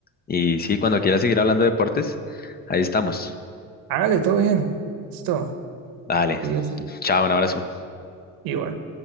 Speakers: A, on the left; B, on the right.
A: Y sí, cuando quieras seguir hablando de deportes, ahí estamos.
B: Hágale, todo bien. Listo.
A: Dale,
B: Cuídese.
A: chao, un abrazo.
B: Igual.